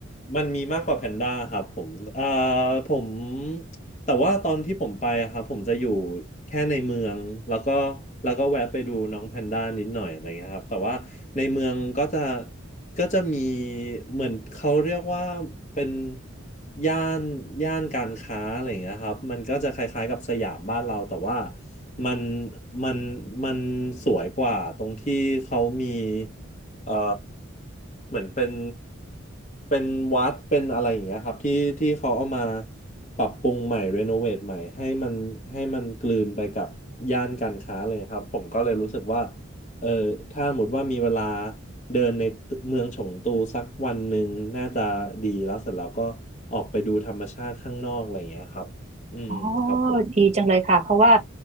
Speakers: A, on the left; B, on the right.
A: มันมีมากกว่าแพนด้าครับผมเอ่อผมแต่ว่าตอนที่ผมไปอะครับผมจะอยู่แค่ในเมืองแล้วก็แล้วก็แวะไปดูน้องแพนด้านิดหน่อยอะไรเงี้ยครับแต่ว่าในเมืองก็จะก็จะมีเหมือนเขาเรียกว่าเป็นย่านย่านการค้าอะไรเงี้ยครับมันก็จะคล้ายๆกับสยามบ้านเราแต่ว่ามันมันมันสวยกว่าตรงที่เขามีเอ่อ เหมือนเป็นเป็นวัดเป็นอะไรอย่างเงี้ยครับที่ที่เขาเอามาปรับปรุงใหม่รีโนเวทใหม่ให้มันให้มันกลืนไปกับย่านการค้าเลยครับผมก็เลยรู้สึกว่าเออถ้าสมมติว่ามีเวลาเดินในเมืองฉงตูสักวันหนึ่งน่าจะดีแล้วเสร็จแล้วก็ออกไปดูธรรมชาติข้างนอกอะไรอย่างเงี้ยครับอืมครับผม
B: อ๋อ ดีจังเลยค่ะ เพราะว่า